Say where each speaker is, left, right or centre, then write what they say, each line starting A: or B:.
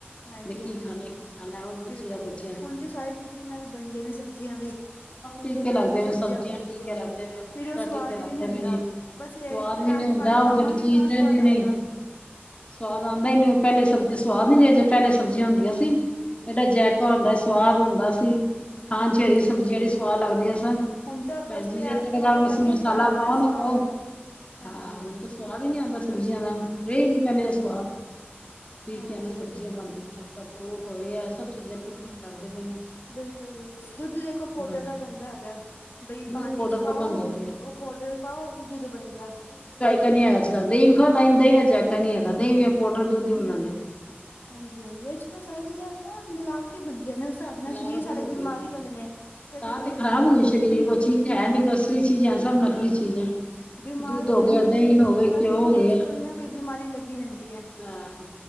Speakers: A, on the left; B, on the left.
A: ਹਾਂਜੀ
B: ਵੀ ਕੀ
A: ਹਾਂਜੀ,
B: ਖਾਣਾ ਕੀ ਖਾਣਾ ਉਹ ਪੁੱਛੀਦਾ
A: ਬਿਲਕੁਲ
B: ਬੱਚਿਆਂ ਨੂੰ
A: ਹੁਣ ਤੇ ਸਾਰੇ ਟੀਕੇ ਨਾਲ ਬਣ ਗਾਏ ਨੇ ਸਬਜ਼ੀਆਂ ਵੀ
B: ਸਭ
A: ਟੀਕੇ ਨਾਲ
B: ਲੱਗਦੇ ਨੇ
A: ਸਬਜ਼ੀਆਂ ਬਣਦੀਆਂ
B: ਟੀਕੇ
A: ਨੇ,
B: ਲੱਗਦੇ ਫੁਲਕਾ
A: ਫਿਰ ਉਹ ਸਵਾਦ
B: ਟੀਕੇ ਲੱਗਦੇ
A: ਵੀ ਨੀਂ ਹੁੰਦਾ।
B: ਪਏ ਨੇ
A: ਬਸ ਇਹ ਏ
B: ਸਵਾਦ
A: ਕਿ ਪਿਆਜ,
B: ਵੀ ਨੀ ਹੁੰਦਾ
A: ਟਮਾਟਰ
B: ਉਹ
A: ਪਾਵਾਂਗੇ
B: ਫਿਰ ਚੀਜ਼
A: ਤਾਂ ਸਵਾਦ
B: ਰਹਿੰਦੀ
A: ਆਏਗਾ।
B: ਨਹੀਂ ਸਵਾਦ
A: ਹਾਂਜੀ-ਹਾਂਜੀ
B: ਆਂਦਾ ਈ ਨਹੀਂ, ਉਹ ਪਹਿਲੇ ਸਬਜ਼ੀ ਸਵਾਦ ਨੀ ਅਜੇ ਪਹਿਲੇ ਸਬਜ਼ੀਆਂ ਹੁੰਦੀਆਂ ਸੀ। ਫਡਾ
A: ਹਾਂਜੀ
B: ਜੈਕ ਆਣ ਬ ਸਵਾਦ ਹੁੰਦਾ ਸੀ। ਖਾਣ
A: ਹਾਂਜੀ
B: ਚ ਹਰੀ ਸਬਜ਼ੀਆਂ ਜਿਹੜੀ ਸਵਾਦ ਲੱਗਦੀਆਂ ਸਨ।
A: ਹੁਣ ਤਾਂ ਬਸ
B: ਭਾਏ ਜੀਰੇ
A: ਪਿਆਜ
B: ਤੋ ਬਿਨਾ
A: ਟਮਾਟਰ
B: ਕੁਛ
A: ਪਾਈਏ
B: ਮਸਾਲਾ
A: ਤਾਂ ਆਂਦਾ
B: ਪਾਓ ਨਾ
A: ਸਵਾਦ
B: ਪਾਓ।
A: ਹਾਂਜੀ
B: ਹਾਂ ਹੁਣ ਤਾਂ ਸਵਾਦ ਈ ਨੀਂ ਆਂਦਾ ਸਬਜ਼ੀਆਂ ਦਾ, ਰਹੇ ਨਹੀਂ ਪਹਿਲੇ
A: ਹਾਂਜੀ
B: ਦੇ ਸਵਾਦ ਠੀਕ
A: ਹਾਂਜੀ
B: ਐ ਨੀ ਸਬਜ਼ੀਆਂ
A: ਉਹ ਤੇ ਹੈ ਹੀ
B: ਮੰਗਦੀਆਂ
A: ਹੈ
B: ਨੇ ਫਰੂਟ ਹੋਏ ਐ ਸਭ ਚੀਜ਼ਾਂ ਪੱਕੀਆਂ ਲੱਗਦੇ ਪਏ ਨੇ।
A: ਬਿਲਕੁਲ-ਬਿਲਕੁਲ ਦੁੱਧ ਦੇਖੋ ਪੋਡਰ
B: ਹਾਂ
A: ਦਾ ਬੰਨਦਾ ਹੈਗਾ। ਬਾਈ
B: ਦੁੱਧ
A: ਪਾਣੀ
B: ਪਾਊਡਰ
A: ਪਾਓ,
B: ਤਾਂ ਬਣਦਾ ਪਿਆ
A: ਉਹ ਪੋਡਰ ਪਾਓ, ਦੁੱਧ ਬਣ ਗਿਆ।
B: ਜਾਇਕਾ ਨੀ ਅੱਜ- ਕੱਲ੍ਹ, ਦਈ ਵੀ ਖਾਉ, ਦਈ ਦਾ ਜਾਇਕਾ ਨੀ ਹੈਗਾ, ਦਹੀਂ ਪੋਡਰ ਦੁੱਧ ਹੀ ਬਨਾਉਂਦੇ ਪਾਏ ਨੇ।
A: ਹਾਂਜੀ-ਹਾਂਜੀ ਅੱਜ -ਕੱਲ੍ਹ ਸਾਰੀਆਂ ਚੀਜ਼ਾਂ ਨਾ ਮਿਲਾਵਟੀ ਬਣ ਗਈਆਂ ਨੇ ਉਸ ਹਿਸਾਬ ਨਾਲ
B: ਮਿਲਾਵਟੀ
A: ਸਰੀਰ ਸਾਰੇ
B: ਹੋ
A: ਬਿਮਾਰੀ
B: ਗਈ ਏ।
A: ਵਾਲੇ ਨੇ, ਕਦੇ
B: ਤਾਂ
A: ਕੀ
B: ਤੇ ਖਰਾਬ
A: ਦਿੱਕਤ
B: ਹੋ
A: ਆਉਂਦੀ
B: ਗਏ ਸਰੀਰ,
A: ਪਈਆਂ ਨੇ
B: ਉਹ ਚੀਜੇ ਹੈ ਨੀ ਜੋ ਅਸਲੀ ਚੀਜੇ ਐ ਸਭ ਨਕਲੀ
A: ਹਾਂਜੀ
B: ਚੀਜੇ ਐ।
A: ਬਿਮਾਰ
B: ਦੁੱਧ ਹੋ
A: ਜਾਂਦੇ
B: ਗਿਆ, ਦਹੀ
A: ਆ
B: ਹੋ ਗਿਆ,
A: ਹਰ
B: ਘਿਉ
A: ਮਹੀਨੇ
B: ਹੋ ਗਿਆ।
A: ਚ ਕੋਈ ਨਾ ਕੋਈ ਬਿਮਾਰੀ ਲੱਗੀ ਰਹਿੰਦੀ ਐ।
B: ਹਾਂ